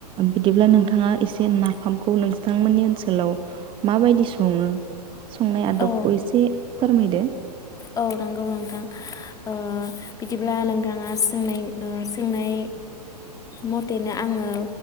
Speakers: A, on the right; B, on the left.
A: बिदिब्ला नोंथाङा एसे नाफामखौ नोंथांमोननि ओनसोलाव माबायदि सङो संनाय आदबखौ
B: औ
A: एसे फोरमायदो।
B: औ नंगौ नोंथां ओ बिदिब्ला नोंथाङा सोंनाय ओ सोंनाय मथेनो आङो